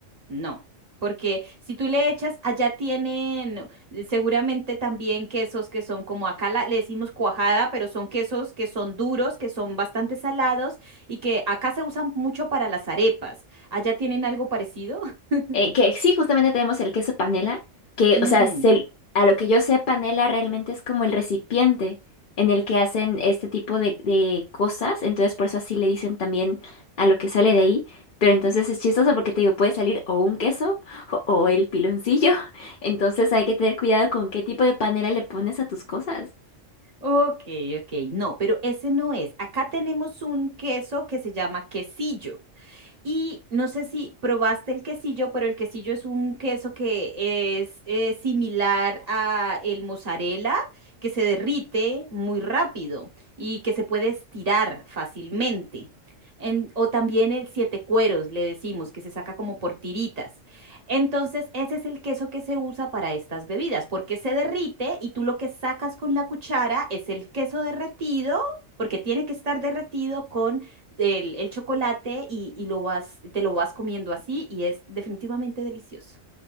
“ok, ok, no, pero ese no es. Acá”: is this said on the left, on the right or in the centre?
Right